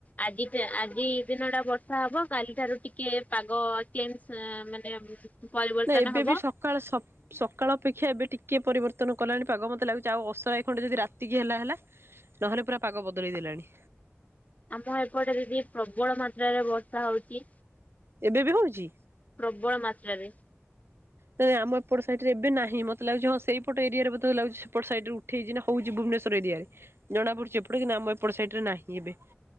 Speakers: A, on the left (about 30°); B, on the right (about 55°).
A: ଆଜି ଆଜି ଦିନଟା ବର୍ଷ ଶା ହବ କାଲି ଠାରୁ ଟିକେ ପାଗ କେମ ମାନେ ପରିବର୍ତ୍ତନ
B: ନା ଏବେ
A: ହବ
B: ବି ସକାଳ ସକ୍ ସକାଳ ଅପେକ୍ଷା ଏବେ ଟିକେ ପରିବର୍ତ୍ତନ ତ୍ତନ କଲାଣି ପାଗ ମତେ ଲାଗୁଛି ଆଉ ଅସରାଏ ଖଣ୍ଡେ ଯଦି ରାତିକି ହେଲା ହେଲା ନହେଲେ ପୁରା ପାଗ ବଦଳେଇ ଦେଲାଣି।
A: ଆମ ଏପଟେ ଯଦି ପ୍ରବଳ ମାତ୍ରାରେ ବର୍ଷା ହଉଚି
B: ଏବେ ବି ହଉଛି?
A: ପ୍ରବଳ ମାତ୍ରାରେ
B: ତ ଆମ ଏପଟ ସାଇଟରେ ଏବେ ନାହିଁ। ମତେ ଲାଗୁଛି ହଁ ସେଇପଟ ଏରିଆରେ ମତେ ଲାଗୁଚି ସେପଟ ସାଇଟରେ ଉଠେଇଛି ନା ହଉଛି ବୁ ଭୁବନେଶ୍ୱର ଏରିଆରେ ଜଣାପଡୁଛି ଏପଟ କିନ ଆମ ଏପଟ ସାଇଟରେ ନାହିଁ। ଏବେ